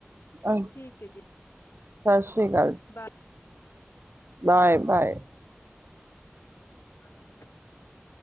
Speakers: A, on the right; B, on the left.
A: ਆ
B: ਠੀਕ ਹੈ ਜੀ
A: ਸਤਿ ਸ੍ਰੀ ਅਕਾਲ
B: ਬਾਏ
A: ਬਾਏ ਬਾਏ
B: <inaudible>